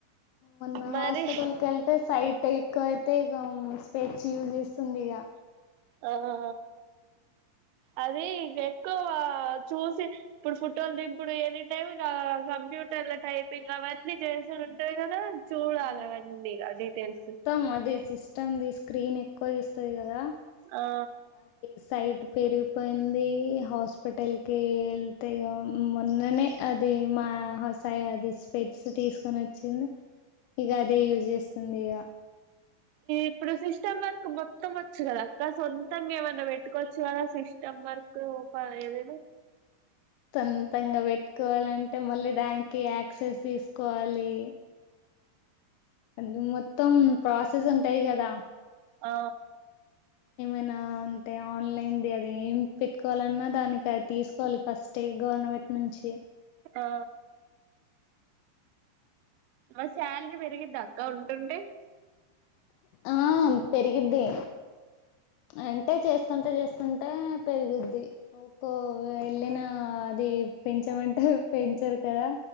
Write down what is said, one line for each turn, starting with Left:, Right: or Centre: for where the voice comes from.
Left: మొన్నా
Right: మరి
Left: హాస్పిిటల్ కెళ్తే సైట్ ఎక్కువయితే ఇగా స్పెడ్స్ యూజ్ చేస్తుంది ఇగ
Right: ఆ ఆ అది ఇగ ఎక్కువ చూసి ఇప్పుడు ఫుటోలు దింపుడు ఎనీ టైమ్ ఇగా కంప్యూటర్ల టైపింగ్ అవన్నీ చేసుడు ఉంటాయి కదా చూడాలవన్నీగా
Left: అవును
Right: డీటెయిల్స్
Left: మొత్తం అది సిస్టమ్ది స్క్రీన్ ఎక్కువ చూస్తది కదా
Right: ఆ
Left: అదే సైట్ పెరిగిపోయింది హాస్పిటల్ కి వెళ్తే ఇగ మొన్ననే అది మా హసాయి అది స్పెట్ తీసుకొని వచ్చింది ఇగ అదే యూజ్ చేస్తుంది ఇగ
Right: ఇప్పుడు సిస్టమ్ వర్క్ మొత్తం వచ్చు కదా అక్క సొంతంగా ఏమన్నా పెట్టుకోవచ్చు కదా సిస్టమ్ వర్కు పదైదును
Left: సొంతంగా పెట్టుకోవాలంటే మళ్ళీ దానికి యాక్సెస్ తీసుకోవాలి అందు మొత్తం ప్రాసెస్ ఉంటాయి కదా
Right: ఆ
Left: ఏమైనా అంటే ఆన్లైన్ది అది ఏం పెట్టుకోవాలన్నా దానికి అది తీసుకోవాలి ఫస్టే గవర్నమెంట్ నుంచి
Right: ఆ ఆ శాలరీ పెరిగిద్ద అక్క ఉంటుంటే
Left: ఆ పెరిగిద్ది అంటే చేస్తుంటే చేస్ అంటే పెరిగిద్ది ఒక్కో వెళ్ళిన అది పెంచమంటే పెంచరు కదా